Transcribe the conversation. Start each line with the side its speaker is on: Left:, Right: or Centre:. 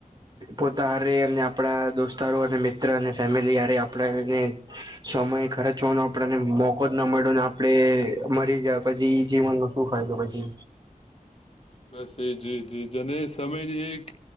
Right: પોતા હારે અને આપડા દોસ્તારો અને મિત્ર અને ફેમિલી હારે આપણાને સમય ખર્ચવાનો આપડને મોકો જ ના મળ્યોને આપણે મરી ગયા પછી જીવન શું ફાયદો પછી?
Left: બસ એજ, એજ, એજ અને સમયની એક